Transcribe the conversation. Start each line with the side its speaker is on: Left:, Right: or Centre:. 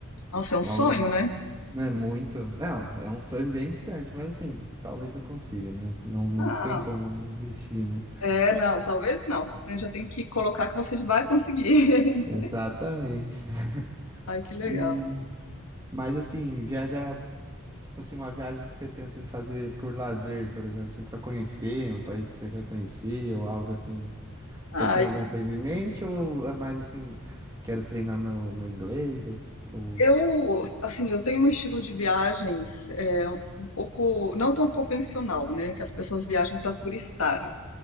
Left: nossa, é um
Right: um
Left: sonho,
Right: algo,
Left: né?
Right: né, muito. Não, é um sonho bem distante, mas assim, talvez eu consiga, né? Não, não
Left: Ah,
Right: tem como desistir, né?
Left: é, não, talvez não. Você tem- já tem que colocar que você vai conseguir. <laughs>
Right: Exatamente. <laughs>
Left: Ai, que legal.
Right: E, mas assim, viajar. Assim, uma viagem que você pensa em fazer por lazer, por exemplo, assim, para conhecer um país que você quer conhecer ou algo assim. Você
Left: Ai,
Right: tem alguma coisa em mente ou é mais assim, quero treinar meu, meu inglês ou, ou
Left: eu, assim, eu tenho um estilo de viagens é, um pouco, não tão convencional, né? Que as pessoas viajam para turistar.